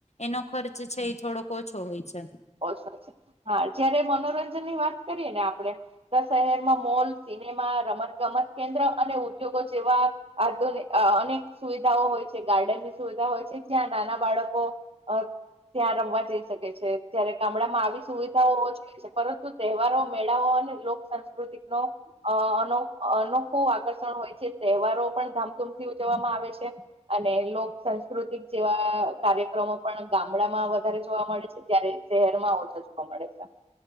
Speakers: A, on the left (about 65°); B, on the right (about 50°).
A: એનો ખર્ચ છે એ થોડોક ઓછો હોય છે
B: ઓછો હા જયારે મનોરંજન ની વાત કરીએ ને આપણેે શહેરમાં મોલ સિનેમા રમત ગમત કેન્દ્ર અને ઉદ્યોગો જેવા આધુન અનેક સુવિધાઓ હોય છે ગાર્ડનની સુવિધા હોય છે જ્યાં નાના બાળકો ત્યાં રમવા જઈ શકે છે જયારે ગામડામાં આવી સુવિધાઓ ઓ છે પરંતુ તહેવારો મેળાઓ અને લોકસંસ્કૃતિક નો અ અનોખ અ ન ખુબ આકર્ષણ હોય જે તહેવારો પણ ધામધૂમથી ઉજવવામાં આવે છે અને લોક સંંસ્કૃતિક જેવા કાર્યક્રમો પણ ગામડામાં વધારે જોવા મળે છે ત્યારે શહેર માં ઓો છચકો મળે છે